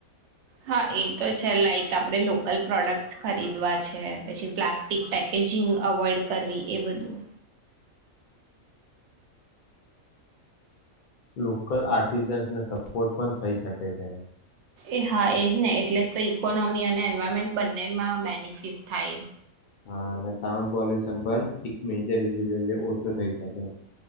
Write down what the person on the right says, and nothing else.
હા એ તો છે લાઇક આપણે લોકલ પ્રોડક્ટસ ખરીદવા છે પછી પ્લાસ્ટિક પેકેજિંગ અવોઈડ કરવી એ બધું.
એ હા એ ને એટલે તો ઇકોનોમી અને એન્વાયરમેન્ટ બંનેમાં બેનિફિટ થાય.